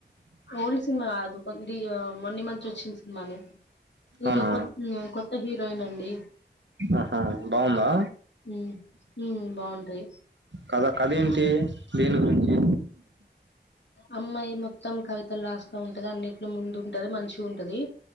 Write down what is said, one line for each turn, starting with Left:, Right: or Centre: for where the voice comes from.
Left: ఓల్డ్ సినిమా కాదు కొ ఇది మొన్న ఈమధ్య వచ్చిన సినిమానే
Right: అవునా
Left: ఇలో కొ కొత్త హీరోయిన్ అండి
Right: ఆహా. బాగుందా
Left: ఉ ఉ బాగుంటాయి
Right: కథ కథ ఏంటి దేని గురించి
Left: అమ్మాయి మొత్తం కవితలు రాస్తా ఉంటది అన్నింటిలో ముందు ఉంటది మంచిగుంటది